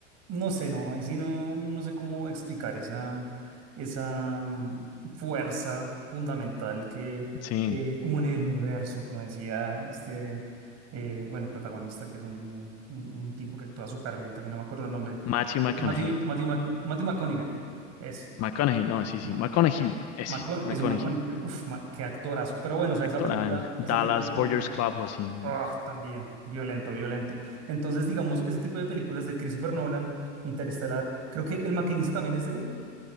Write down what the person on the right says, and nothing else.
no sé, no, no, ahí sí no, no sé cómo explicar esa, esa mm, fuerza fundamental que
eh, une el universo, como decía este, eh, bueno, el protagonista, que es un, un- un tipo que actúa súper bien, también no me acuerdo el nombre,
eh,
Matthew, Matthew, Mc- Matthew McConaughey, es,
Ma-
Maco- Eso.
es un McConaughey, uff, qué actorazo, pero bueno, o sea, esa
película,
esa
película también.
Ah, también, violento, violento. Entonces, digamos, ese tipo de películas de Christopher Nolan, Interestelar, creo que El Maquinista también es de él.